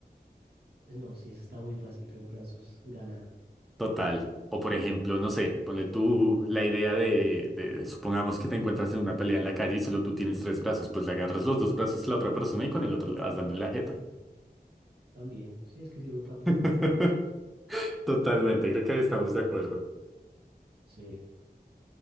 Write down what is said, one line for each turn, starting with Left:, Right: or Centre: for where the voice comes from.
Right: Pues No, sí, eso está muy fácil, tres brazos, gana.
Centre: Total. O por ejemplo, no sé, ponle tú la idea de, de- supongamos que te encuentras en una pelea en la calle y solo tú tienes tres brazos, pues le agarras los dos brazos a la otra persona y con el otro le vas dando en la jeta.
Right: También, sí, es que sirve para todo.
Centre: <laughs> Totalmente, creo que ahí estamos de acuerdo.
Right: Sí,